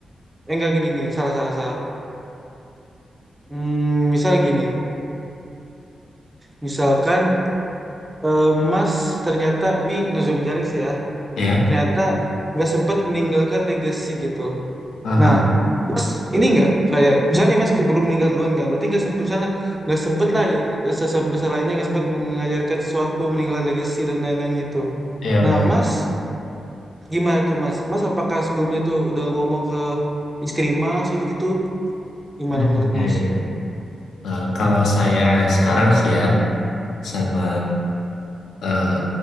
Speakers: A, on the right; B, on the left.
A: eh, enggak gini gini, salah salah salah. Hmm, misal gini, misalkan eh, Mas ternyata ini Nozomi Jalik sih ya,
B: Iya.
A: ternyata nggak sempat meninggalkan legacy gitu.
B: Aha.
A: Nah, Mas ini nggak saya misalnya nih Mas keburu meninggal duluan kan, berarti nggak sempet misalnya nggak sempet lah besar besar lainnya nggak sempat mengajarkan sesuatu meninggalkan legacy dan lain-lain gitu.
B: Iya
A: Nah,
B: benar.
A: Mas gimana tuh Mas? Mas apakah sebelumnya tuh udah ngomong ke istri Mas gitu-gitu? Gimana
B: Hmm,
A: menurut
B: iya
A: Mas?
B: iya. iya. Eh, kalau saya sekarang sih ya sama eh,